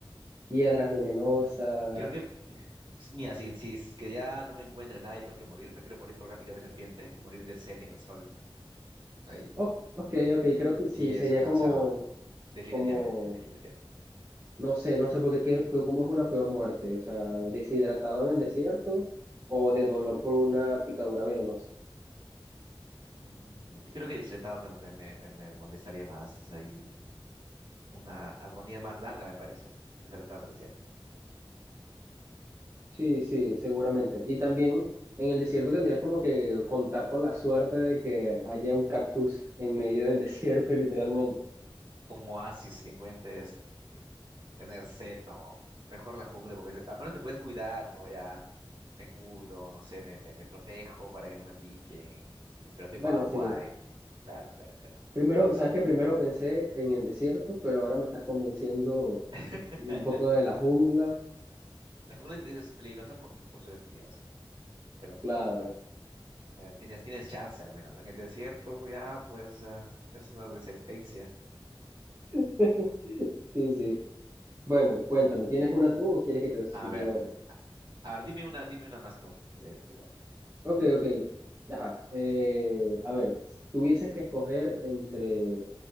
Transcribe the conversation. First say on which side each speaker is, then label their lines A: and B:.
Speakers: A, on the right; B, on the right.
A: hiedras venenosas.
B: creo que, <laughs> mira, si, si es que ya no me encuentra nada y tengo que morir, prefiero morir por una picadura de serpiente que morir de sed en el sol. Ay,
A: O- ok, ok, creo que sí,
B: tieso,
A: sería
B: cansado.
A: como,
B: Definitivamente,
A: como,
B: definitivamente.
A: no sé, no sé, porque qué, qué- qué- cómo es una peor muerte, o sea, deshidratado en el desierto o de dolor por una picadura venenosa.
B: Mm, Yo creo que deshidratado me, me, me, me me molestaría más. Es ahí una agonía más larga, me parece. Deshidratado, es cierto.
A: Sí, sí, seguramente. Y también en el desierto tendrías como que contar con la suerte de que haya un cactus en medio del <laughs> desierto, literalmente.
B: Un oasis que encuentres Tener sed, no. Mejor la jungla, porque al menos te puedes cuidar, ¿no? Ya me cuido, no sé, me, me, me protejo para que no me piquen, y, pero tengo
A: Bueno,
B: agua.
A: sí.
B: y- Claro, claro, claro,
A: Primero,
B: eso
A: sabes
B: sí.
A: que primero pensé en el desierto, pero ahora me estás convenciendo
B: <laughs>
A: un poco de la jungla.
B: La jungla es, es peligrosa, por supuesto que es peligrosa, pero
A: Claro.
B: bueno, eh, tienes, tienes chance al menos. ¿no? En el desierto ya, pues, ah, es una descendencia.
A: <laughs> Sí, sí. Bueno, cuéntame, ¿tienes una tú o quieres que te
B: A
A: te diga
B: ver.
A: otra?
B: A ver, dime una, dime una más tú. Mira, ya te digo otra.
A: Ok, ok. Ajá. Eh, a ver, si tuvieses que escoger entre